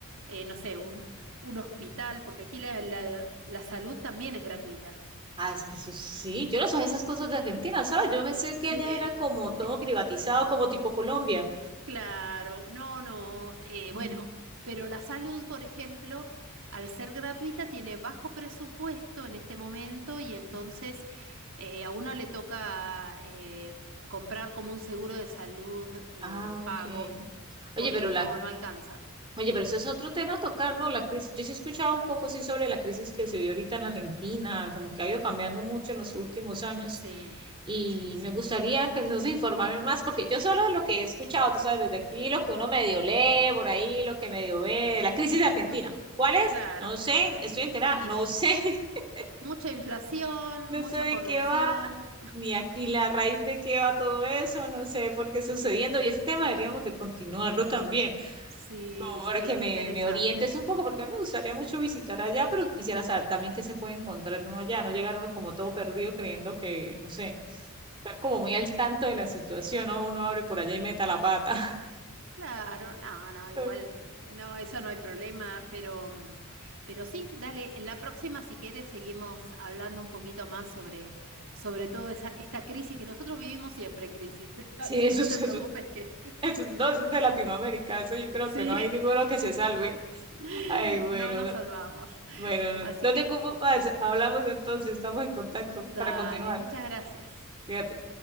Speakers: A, on the right; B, on the right.
A: eh, no sé, un, un hospital, porque aquí la, la, la salud también es gratuita.
B: Ah, es que eso sí,
A: Y
B: yo no sabía esas cosas de Argentina, ¿sabes? Yo pensé que
A: sí.
B: allá era como todo
A: <laughs>
B: privatizado, como tipo Colombia.
A: Claro, no, no, eh,
B: Mm.
A: bueno, pero la salud, por ejemplo, al ser gratuita tiene bajo presupuesto en este momento y entonces eh, a uno le toca eh, comprar como un seguro de salud eh,
B: Ah,
A: pago
B: ok. Oye,
A: porque
B: pero la
A: no, no alcanza.
B: Oye, pero eso es otro tema a tocar, ¿no? La crisis. Yo sí he escuchado un poco sí sobre la crisis que se vio ahorita en Argentina, como que ha ido cambiando mucho en los últimos años.
A: Sí,
B: Y
A: sí, sí.
B: me gustaría que nos informaran más, porque yo solo lo que he escuchado, tú sabes, desde aquí, lo que uno medio lee por ahí, lo que medio ve, la crisis de Argentina.
A: Ujú,
B: ¿Cuál es?
A: Claro.
B: No sé, estoy enterada,
A: Y
B: no sé, <laughs>
A: mucha inflación,
B: no
A: mucha
B: sé de
A: corrupción.
B: qué va, ni aquí la raíz de qué va todo eso, no sé por qué está sucediendo. Y ese tema deberíamos de continuarlo también
A: Sí,
B: favor,
A: sí,
B: que
A: es
B: me,
A: interesante.
B: me orientes un poco, porque a mí me gustaría mucho visitar allá, pero quisiera saber también qué se puede encontrar uno allá, no llegar uno como todo perdido creyendo que, no sé, estar como muy al tanto de la situación, ¿no? Uno abre por allá y meta la pata.
A: Claro, no, no, igual,
B: <laughs>
A: eh, no, eso no hay problema, pero, mm, pero sí, dale, en la próxima, si quieres, seguimos hablando un poquito más sobre, sobre toda esa, esta crisis que nosotros vivimos siempre en crisis, <laughs>
B: Sí,
A: así
B: eso
A: que no
B: es,
A: te
B: eso,
A: preocupes que <laughs>
B: eso- no, eso es de Latinoamérica, eso yo creo
A: sí,
B: que no hay ninguno que se salve.
A: <laughs>
B: Ay, bueno,
A: no nos
B: no-
A: salvamos.
B: bueno,
A: Así
B: no, no
A: que,
B: te ocupo más, hablamos entonces, estamos en contacto
A: dale,
B: para continuar,
A: muchas gracias.
B: fíjate.